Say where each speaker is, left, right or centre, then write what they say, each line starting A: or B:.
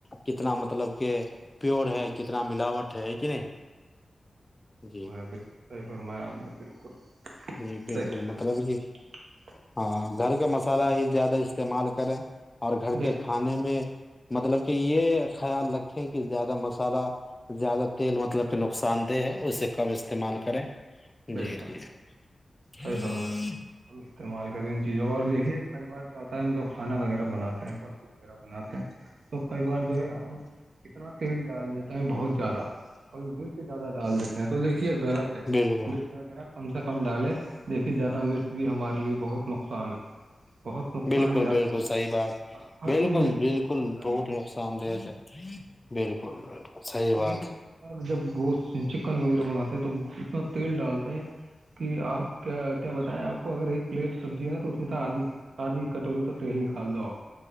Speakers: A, on the left (about 25°); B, on the right (about 80°).
A: کتنا مطلب کہ پیور ہے کتنا ملاوٹ ہے کہ نہیں جی
B: <unintelligible> <inaudible> صحیح فرمایا نے بالکل
A: جی
B: صحیح
A: بالکل
B: رہا
A: مطلب کہ
B: <unintelligible>
A: ہاں گھر کا مسالہ ہی زیادہ استعمال کریں اور گھر
B: بہتر
A: کے کھانے میں مطلب کہ یہ خیال رکھیں کہ زیادہ مسالحہ زیادہ تیل مطلب کہ نقصان دہ ہے اسے کب استعمال کریں جی
B: بے شک
A: جی <unintelligible>
B: صحیح فرمایا بالکل ہم استعمال کریں ان چیزوں کا اور دیکھیے کئی بار کیا ہوتا ہے ہم جو کھانا وغیرہ بناتے ہیں پبزی وغیرہ بناتے ہیں تو کئی بار جو ہے ہم کتنا تیل ڈال دیتے بہت زیادہ ابھی م سے زیادہ ڈال دیتے ہیں تو دیکھیے غلط ہے
A: بالکل
B: مرچ وغیرہ کم سے کم ڈالے دیکھیے زیادہ مرچ بھی ہمارے لیے بہت نقصان ہے بہت نقصان
A: بالکل
B: ہے زیادہ
A: بالکل
B: مرچ۔
A: صحیح بات
B: آپ ہر
A: بالکل
B: چیز لمٹ
A: بالکل
B: کے حساب سے ڈالیے
A: بہت نقصان سے بالکل بکل صحی
B: ہفتے
A: بات
B: کے لیے بھی لوگ جب گوشت چکن وغیرہ بناتے ہیں تو اتنا تیل ڈالتے ہیں کہ آپ کیا کیا بتائیں آپ کو اگر ایک پلیٹ سبزی ہے نا تو اس میں تو آدھی آادھی کٹوری تو تیل نکال دو آپ